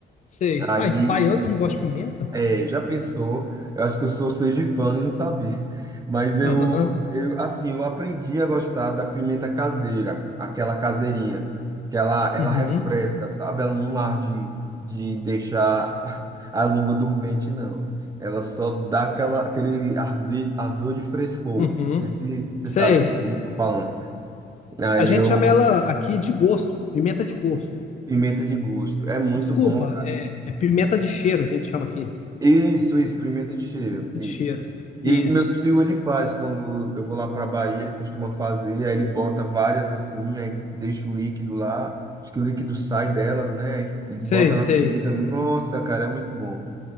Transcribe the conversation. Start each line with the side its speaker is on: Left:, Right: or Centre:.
Left: Sei.
Right: Aí,
Left: Uai, baiano, tu não gosta de pimenta?
Right: É, já pensou? Eu acho que eu sou sergipano e não sabia. Mas eu,
Left: Aham,
Right: eu, assim, eu aprendi a gostar da pimenta caseira, aquela caseirinha, que ela, ela
Left: uhum,
Right: refresca, sabe? Ela não arde de deixar <laughs> a língua dormente, não. Ela só dá aquela, aquele arde, ardor de frescor.
Left: uhum.
Right: Não sei se você
Left: Sei.
Right: sabe o que eu tô falando. Aí
Left: A gente
Right: eu,
Left: chama ela aqui de gosto, pimenta de gosto.
Right: pimenta de gosto. É muito
Left: Desculpa,
Right: bom.
Left: é, é pimenta de cheiro, a gente chama aqui.
Right: Isso, isso, pimenta de cheiro,
Left: Pimenta de
Right: isso.
Left: cheiro. Isso.
Right: E meu tio, ele faz, quando eu vou lá para Bahia, ele costuma fazer, aí ele bota várias assim, aí deixa o líquido lá, acho que o líquido sai delas, né, e,
Left: Sei,
Right: e bota
Left: sei.
Right: na comida. Nossa, cara, é muito bom,